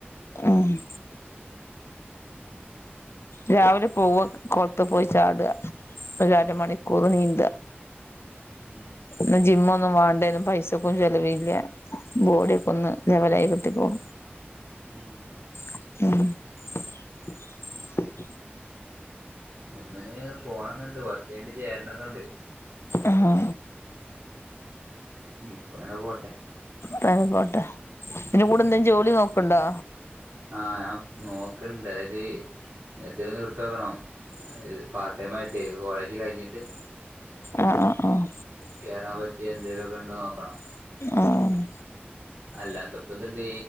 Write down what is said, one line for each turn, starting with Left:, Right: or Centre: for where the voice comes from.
Left: അഹ് രാവിലെ പോവ കൊൾത്ത് പോയി ചാടെ ഒര അരമണിക്കൂറ് നീന്ത
Right: ഉം.
Left: ന്നാ ജിമ്മൊന്നും വാണ്ടേനും പൈസക്കും ചെലവില്ല്യ ബോഡിയൊക്കൊന്ന് ലെവലായി കിട്ടികോളും.
Right: ഉം
Left: മ്
Right: ജ്മ്മ്ന് പോണന്ന്ണ്ട് കൊർച്ചയ്ഞ്ഞിട്ട് ചേര്ണെക്കെണ്ട്
Left: ആഹ്
Right: ഇപ്പെങ്ങെനെ പോട്ടെ
Left: ഇപ്പങ്ങനെ പോട്ടെ ഇതിന്റെ കൂടെന്തേം
Right: ഉം
Left: ജോലി നോക്ക്ണ്ടോ?
Right: ആഹ് ഞാ നോക്ക്ണ്ട് അതായത് എത്തേലൊന്ന് കിട്ടോകണം പാർടേമായിട്ടെ കോളേജ് കഴിഞ്ഞിട്ട്
Left: ആഹ് ആഹ് അഹ്
Right: കോറാം പറ്റിയ എന്തേലൊക്കെ ഇണ്ടോ നോക്കണം.
Left: ആഹ്
Right: അല്ലാത്തപ്പെത്ണ്ട്